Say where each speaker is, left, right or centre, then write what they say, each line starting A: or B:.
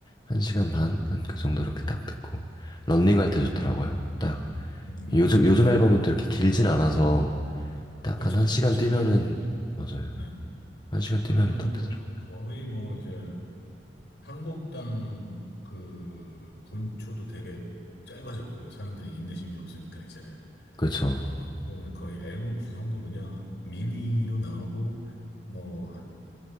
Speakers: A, on the left; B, on the left.
A: 한 시간 반 한 그 정도 이렇게 딱 듣고 런닝 할
B: 음,
A: 때 좋더라고요. 딱
B: 음,
A: 요즘
B: 그렇죠.
A: 요즘 앨범은 또 이렇게 길진 않아서 딱
B: 그렇죠.
A: 한 한 시간
B: 요즘에
A: 뛰면은
B: 보면,
A: 맞아요.
B: 네.
A: 한 시간 뛰면은
B: 요즘에
A: 딱
B: 보면
A: 되더라고요.
B: 거의 뭐 이제 한 곡당 그 분초도 되게 짧아졌고요. 사람들이 인내심이 없으니까 이제.
A: 그렇죠.
B: 어, 그거는 거의 앨범 구성도 그냥 미니로 나오고, 뭐, 한